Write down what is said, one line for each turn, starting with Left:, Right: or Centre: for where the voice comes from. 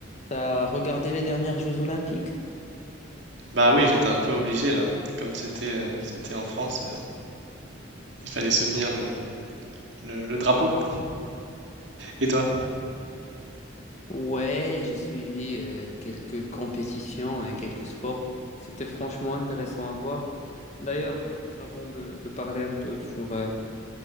Left: T'as regardé les dernières Jeux Olympiques?
Right: Bah oui, j'étais un peu obligé là. Comme c'était euh, c'était en France, euh, il fallait soutenir le, le- le drapeau. Et toi?
Left: Ouais, j'ai suivi euh, quelques compétitions et quelques sports. C'était franchement intéressant à voir. D'ailleurs, euh, avant de, de parler un peu sur, euh,